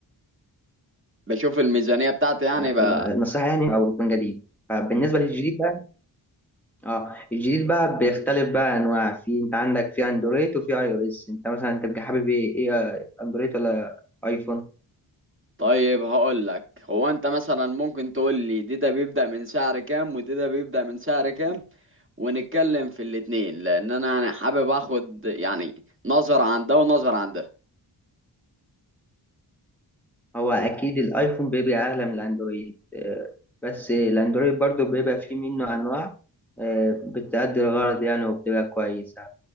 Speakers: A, on the right; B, in the centre.
A: بشوف الميزانية بتاعتي يعني
B: آه،
A: بقى
B: النصيحه يعني او يكون جديد فبالنسبه للجديد بقى اه الجديد بقى بيختلف بقى انواع في انت عندك في اندرويد وفي اي او اس انت مثلا انت بتبقى حابب ايه ايه آه، اندرويد ولا ايفون
A: طيب هقول لك هو أنت مثلا ممكن تقول لي دي ده بيبدأ من سعر كام ودي ده بيبدأ من سعر كام ونتكلم في الاتنين لان انا يعني حابب اخد يعني نظرة عن ده ونظرة عن ده
B: هو اكيد الايفون بيبقى اغلى من الاندرويد آه، بس الاندرويد برضو بيبقى فيه منه انواع آه، بتأدي الغرض يعني وبتبقى كويسة